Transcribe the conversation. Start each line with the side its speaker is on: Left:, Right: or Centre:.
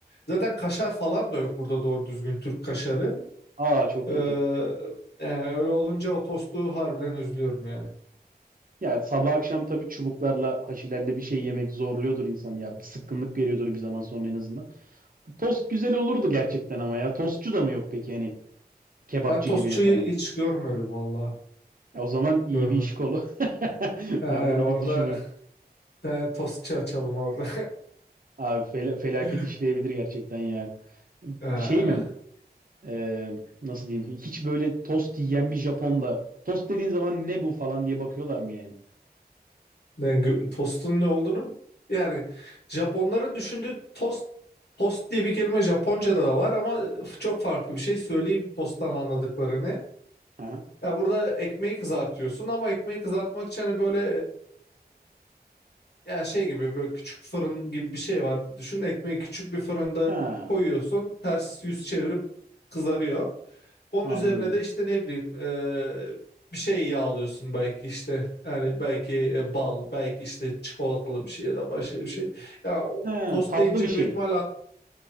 Left: Zaten kaşar falan da yok burada doğru düzgün Türk kaşarı.
Right: Aa çok
Left: Ee,
Right: kötü.
Left: e, öyle olunca o tostu harbiden üzülüyorum yani.
Right: Ya sabah akşam tabii çubuklarla, haşilerle bir şey yemek zorluyordur insanı ya. Bir Sıkkınlık veriyordur bir zaman sonra en azından. Tost güzel olurdu gerçekten ama ya. Tostçu da mı yok peki hani kebapçı
Left: Ben tostçuyu
Right: gibi falan.
Left: hiç görmedim valla.
Right: Ya o zaman iyi
Left: Görmedim.
Right: bir iş kolu. <laughs>
Left: Ee,
Right: Ben bunu
Left: orada
Right: bir düşüneyim.
Left: <laughs> bir tane tostçu açalım orada.
Right: Abi fel- felaket
Left: <laughs>
Right: işleyebilir gerçekten ya.
Left: Ee,
Right: Şey mi? Ee, nasıl diyeyim? Hiç böyle tost yiyen bir Japon'da tost dediğin zaman ne bu falan diye bakıyorlar mı yani?
Left: ne, gö- tostun ne olduğunu yani Japonların düşündüğü tost tost diye bir kelime Japonca'da da var ama çok farklı bir şey söyleyeyim tosttan anladıklarını.
Right: Aha.
Left: Ya burada ekmeği kızartıyorsun ama ekmeği kızartmak için hani böyle Ya şey gibi böyle küçük fırın gibi bir şey var. Düşün ekmeği küçük bir fırında
Right: Ha,
Left: koyuyorsun. Ters yüz çevirip kızarıyor. Onun
Right: anladım.
Left: üzerine de işte ne bileyim eee, bir şey yağlıyorsun belki işte. Yani belki e, bal, belki işte çikolatalı bir şey ya da başka bir şey. Ya o
Right: He,
Left: tost
Right: tatlı
Left: deyince
Right: bir şey.
Left: büyük ihtimalle ak-